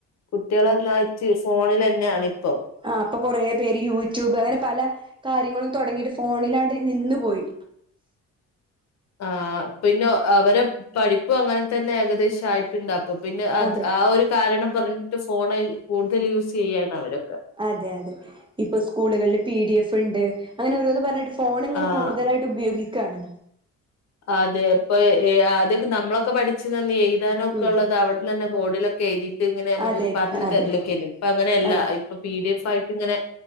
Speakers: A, on the left; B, on the right.
A: കുട്ട്യാളൊന്നായ്റ്റ് ഫോണിലെന്നാണ് പ്പൊ.
B: ആഹ് പ്പൊ കൊറേ പേര് യൂട്യൂബ് അങ്ങനെ പല കാര്യങ്ങളും തൊടങ്ങീറ്റ് ഫോണിലാണ്ട് നിന്ന് പോയി.
A: ആഹ് പിന്നെ അവരെ പഠിപ്പും അങ്ങനെ തെന്നെ ഏകദേശ് ശായിറ്റ്ണ്ട് അപ്പൊ പിന്നെ അത്
B: അതെ
A: ആ ഒരു കാരണം പർഞ്ഞിട്ട് ഫോണ് കൂടുതല് യൂസെയ്യാണവരൊക്കെ.
B: അതെ യതെ ഇപ്പൊ സ്കൂളുകളില് പി ഡി എഫ് ണ്ട് അങ്ങനെ ഒരോന്ന് പർഞ്ഞിട്ട് ഫോണ് ങ്ങനെ
A: ആഹ്
B: കൂടുതലായ്ട്ട് ഉപയോഗിക്കാണ്.
A: അതെ പ്പൊ ഏഹ് ഏഹ് ആദ്യൊക്കെ നമ്മളൊക്കെ പഠിച്ച്നന്ന് എഴ്താനൊക്കെള്ളതവ്ട്
B: ഉം
A: ന്നന്നെ ബോഡിലൊക്കെയ്തീട്ട് ങ്ങനെ അമ്മക്ക്
B: അതെ
A: പർഞ്ഞ്
B: അതെ
A: തെര്ലൊക്കേനി ഇപ്പ ങ്ങനെല്ല
B: അതെ
A: ഇപ്പൊ പി ഡി എഫായിട്ട് ങ്ങനെ